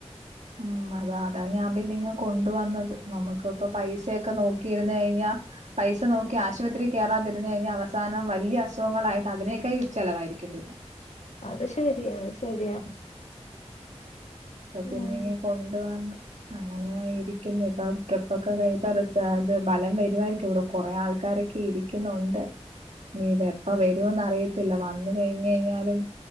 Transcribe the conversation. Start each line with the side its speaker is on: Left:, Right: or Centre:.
Right: ഉം അതാ അതാ ഞാൻ പിന്നെ ഇങ്ങ് കൊണ്ടുവന്നത് നമുക്ക്‌പ്പൊ പൈസയൊക്കെ നോക്കിയിര്ന്ന് കഴിഞ്ഞാ പൈസ നോക്കി ആശുപത്രിൽ കയറാതിര്ന്ന് കഴിഞ്ഞാ അവസാനം വലിയ അസുഖങ്ങളായിട്ട് അതിനേക്ക ചെലവായിരിക്കും ഇല്ല
Left: അത് ശെരിയ ശരിയാ
Right: പിന്നെ
Left: ഉം
Right: ഇങ്ങെ കൊണ്ടുവന്ന് അങ്ങനായിരിക്കുന്നു ഇപ്പൊ ട്രിപ്പൊക്കെ കഴി <unintelligible> ഇപ്പൊ <unintelligible> ഭലം വരു ആയിരിക്കും ഇവ്ടെ കൊറെ ആൾക്കാ കാരൊക്കെ ഇരിക്കുന്നുണ്ട് നീ ഇത എപ്പ വര്ന്ന് അറിയത്തില്ല വന്ന് കഴിഞ്ഞഴിഞ്ഞാലും